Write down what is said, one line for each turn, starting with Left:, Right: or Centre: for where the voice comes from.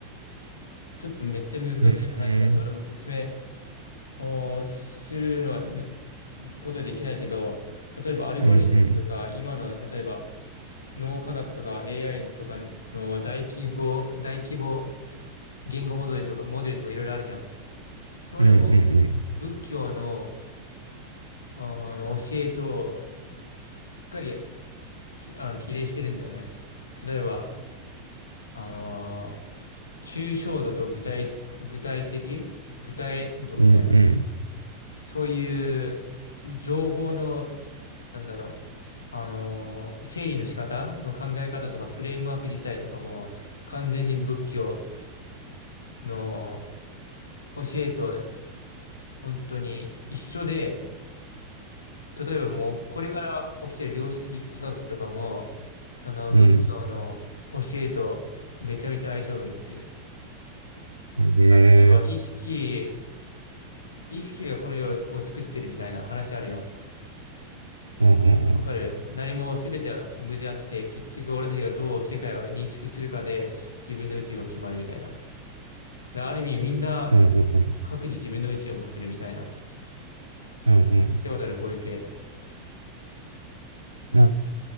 Left: ちょっとめっちゃ難しい話だって俺も説明
Right: うん
Left: をするのはむことできないけど、例えばアルゴリズムとか、
Right: うんうん
Left: 今の例えば脳科学とか AI とかの大規模、大規模言語モデルとか、モデルとかいろいろあるじゃん。そういうのも仏教の、
Right: うん
Left: あの教えとしっかりひあの比例してるんだよね。例えば、あのー抽象度と具体、具体的具体度みたいな。
Right: うんうんうん
Left: そういう情報の、なんだろう。あのー整理の仕方の考え方とかフレームワーク自体とかも完全に仏教の教えと本当に一緒で、例えばもう、これから起きてる量子力学とかも、その仏教の教えとめちゃめちゃ相性がいいっていう。
Right: うんね
Left: だから例えば意識、意識がこの世を作ってるみたいな話あるじゃん。
Right: うんうんうん。
Left: わかる何も全ては無であって、結局俺たちがどう世界を認識するかで自分の宇宙が決まるみたいな。である意味みんな
Right: うんうんうん。
Left: 各自自分の宇宙を持ってるみたいな。
Right: うん
Left: で、わかるこういう系。
Right: な